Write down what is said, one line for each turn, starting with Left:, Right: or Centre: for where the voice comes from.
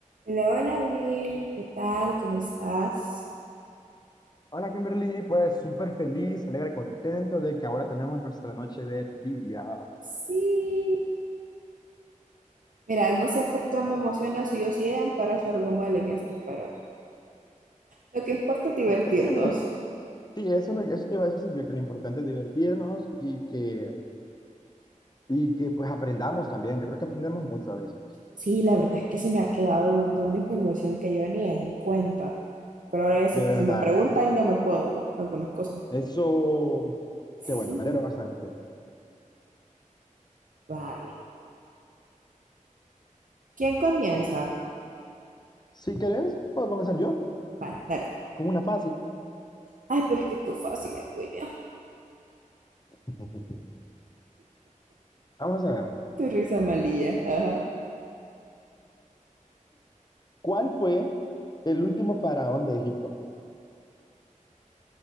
Right: Hola, hola Will, ¿qué tal? ¿Cómo estás?
Left: Hola Kimberly, pues súper feliz, alegre, contento de que ahora tenemos nuestra noche de trivia.
Right: Sí. Mira, no sé por qué me emociono si yo siempre hago algo mal en esto, pero lo que importa es divertirnos.
Left: Es que mira, sí, eso, es lo que- eso te iba a decir yo, que lo importante es divertirnos y que, y que pues aprendamos también. Yo creo que aprendemos mucho a veces,
Right: Sí, la verdad es que se me ha quedado un montón de información que yo ni en cuenta, pero ahora ya sé
Left: de
Right: que
Left: verdad.
Right: si me preguntan ya me puedo algunas cosas.
Left: Eso, qué
Right: Sí,
Left: bueno, me alegro bastante.
Right: vaya. ¿Quién comienza?
Left: Si querés, puedo comenzar yo
Right: Vaya, dale.
Left: con una fácil.
Right: Ay, pero es que tú fácil, eh, William.
Left: <laughs> Vamos a ver,
Right: Tu risa malilla, ajá.
Left: ¿cuál fue el último faraón de Egipto?